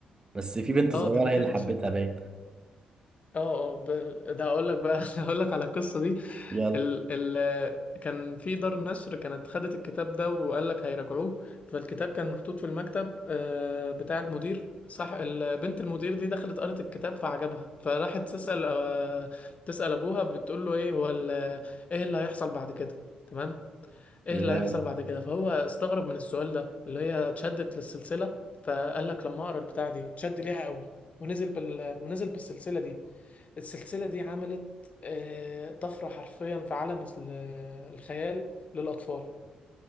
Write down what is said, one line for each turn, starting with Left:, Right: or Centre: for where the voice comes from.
Right: بس في بنت
Left: اه
Right: صغيره
Left: ده ما
Right: هي
Left: كانش
Right: اللي حبتها
Left: اه
Right: باين
Left: اه ب- ده اقول لك بقى <laughs> اقول لك على القصة دي
Right: يلا
Left: ال ال كان في دار نشر كانت خدت الكتاب ده وقال لك هيراجعوه فالكتاب كان محطوط في المكتب آه، بتاع المدير صح ال- بنت المدير دي دخلت قرت الكتاب فعجبها فراحت تسأل آه، تسأل ابوها بتقول له ايه هو ال- ايه اللي هيحصل بعد كده تمام ايه
Right: يلا.
Left: اللي هيحصل بعد كده فهو استغرب من السؤال ده اللي هي اتشدت للسلسلة فقال لك لما اقرا البتاع دي اتشد ليها قوي ونزل بال ونزل بالسلسلة دي السلسلة دي عملت آه، طفرة حرفيا في عالم ال- الخيال للأطفال